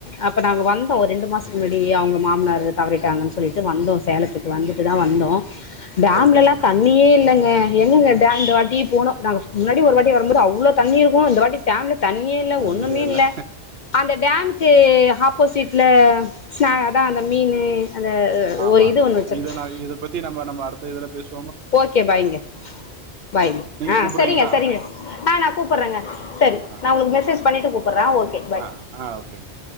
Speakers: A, on the left; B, on the right.
A: அப்ப நாங்க வந்தோ ஒரு ரெண்டு மாசத்துக்கு முன்னாடி அவங்க மாமனாரு தவறிட்டாங்கன்னு சொல்லிட்டு வந்தோ சேலத்துக்கு வந்துட்டு தா வந்தோ டேம்லெல்லா
B: சரி சரிங்க
A: தண்ணி தண்ணியே இல்லங்க எங்கெங்க டேம் இந்த வாட்டி போனோ நாங்க முன்னாடி ஒரு வாட்டி வரம்போது அவ்ளோ தண்ணி இருக்கு இந்த வாட்டி டேம்ல தண்ணியே இல்ல
B: கம்மியே
A: ஒண்ணுமே
B: இல்லை
A: இல்ல அந்த டேமுக்கு ஆப்போசிட்ல <unintelligible> அதா அந்த மீனு அந்த
B: ஆமாங்க
A: ஒரு இது ஒன்று வச்சுருக்கோம்
B: இத நா இத பத்தி நம்ப நம்ப அடுத்த இதுல பேசு
A: ஓகே பாய்ங்க பாய்ங்க
B: நீங்கள்
A: ஆ
B: கூப்பிட்றீங்களா
A: செரிங்க செரிங்க ஆ நா கூப்பட்றங்க செரி
B: ஆ
A: நா உங்களுக் மெசேஜ் பண்ணிட்டு கூப்பட்றே ஓகே பாய்
B: ஆ ஆ ஓகேங்க